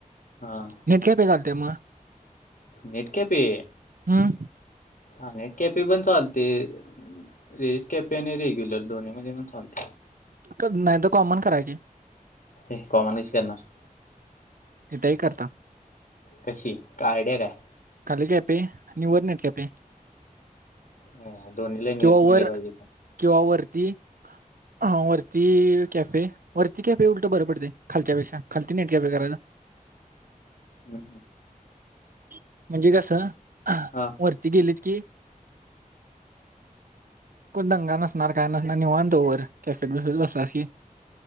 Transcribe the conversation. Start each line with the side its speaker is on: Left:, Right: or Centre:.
Left: हा
Right: नेट कॅफे चालतंय म.
Left: Net cafe.
Right: हं.
Left: हा. नेट केपे पण चालते <unintelligible> केपे आणि रेग्युलर दोन्ही मध्ये पण चालतय.
Right: <unintelligible> नाहीतर कॉमन करायची.
Left: ए कॉमन कशी करणार?
Right: येतय करता.
Left: कशी? काय आयडिया काय?
Right: खाली कॅफे आणि वर नेट कॅफे.
Left: ह दोन्हीला इन्व्हेस्टमेंट
Right: किंवा वर
Left: लई पाहिजे पण.
Right: किंवा वरती हा वरती कॅफे. वरती कॅफे उलट बरं पडतय खालच्यापेक्षा खालती नेट कॅफे करायचा.
Left: हं.
Right: <inaudible> म्हणजे कस <inaudible>
Left: हा
Right: वरती गेलीत की कोण दंगा नसणार काय नसणार निवांत वर कॅफे <unintelligible> बसलास की.